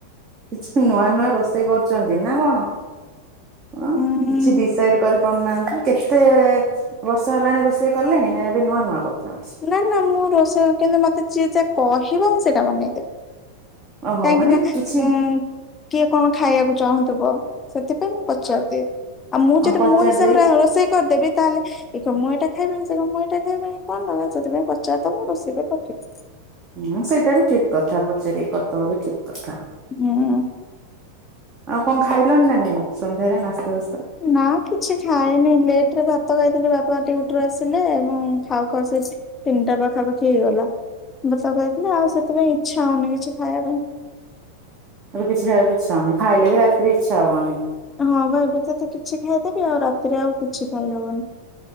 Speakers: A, on the right (about 30°); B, on the left (about 20°).
A: କିଛି ନୂଆ ନୂଆ ରୋଷେଇ କରୁଛନ୍ତି ନା କଣ? ଅ
B: ଉଁ
A: କିଛି ଡିସାଇଡ କରି ପାରୁନାହାନ୍ତି କେତେ ବର୍ଷ ହେଲାଣି ରୋଷେଇ କଲେଣି, ନା ଏବେ ନୂଆ ନୂଆ କରୁଛନ୍ତି?
B: ନା ନା ମୁଁ ରୋଷେଇ, କିନ୍ତୁ ମତେ ଯିଏ ଯା କହିବ ମୁଁ ସେଇଟା ବନେଇଦେବି।
A: ଓହୋ
B: କାଇଁକିନା
A: ମାନେ କିଛି
B: ଉଁ କିଏ କଣ ଖାଇବାକୁ ଚାହୁଁଥିବ, ସେଥିପାଇଁ ମୁଁ ପଚାରିଦିଏ। ଆଉ ମୁଁ ଯଦି
A: ପଚାରି
B: ମୋ ହିସାବରେ
A: ଦେଇକି
B: ରୋଷେଇ କରିଦେବି, ତାହେଲେ ଇଏ କହିବ ମୁଁ ଏଇଟା ଖାଇବିନି ସେ କହିବ ମୁଁ ଏଇଟା ଖାଇବିନି। କଣ ଦକାର ସେଥିପାଇଁ ପଚାରଦବ ରୋଷେଇ କରିି ରଖିବି।
A: ହୁଁ ସେଇଟା ବି ଠିକ୍ କଥା, ପଚାରିକି କରିଦବା ବି ଠିକ୍ କଥା।
B: ହୁଁ
A: ଆଉ କଣ ଖାଇଲଣି ନା ନାଇଁ, ସନ୍ଧ୍ୟାରେ ନାସ୍ତା ଫାସ୍ତା?
B: ନା କିଛି ଖାଇନି ଲେଟ ରେ ଭାତ ଖାଇଥିଲି, ବାପା ଡ଼ିଉଟି ଆସିଲେ ଏବଂ ଖାଉ ଖାଉ ସେ ତିନିଟା ପାଖାପାଖି ହେଇଗଲା। ଭାତ ଖାଇଥିଲି ଆଉ ସେଥିପାଇଁ ଇଚ୍ଛା ହଉନି କିଛି ଖାଇବା ପାଇଁ।
A: ଏବେ କିଛି ଖବାକୁ ଇଚ୍ଛା ହଉନି ଖାଇଲେ ବି ରାତିରେ ଇଚ୍ଛା ହବନି।
B: ହଁ ବା ଏବେ ଯଦି କିଛି ଖାଇଦେବି ଆଉ ରାତିରେ ଆଉ କିଛି ଖାଇହବନି।